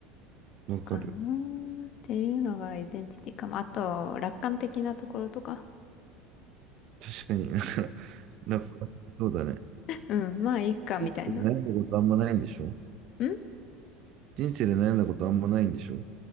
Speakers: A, on the right; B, on the left.
A: わかる。
B: かなーっていうのがアイデンティティかも。あと、楽観的なところとか。
A: 確かに <laughs> なんか、なんか、そうだね。
B: うん、まあ、いいか、
A: 人生で悩んだことあんまないんでしょ
B: みたいな。んい
A: 人生で悩んだことあんまないんでしょ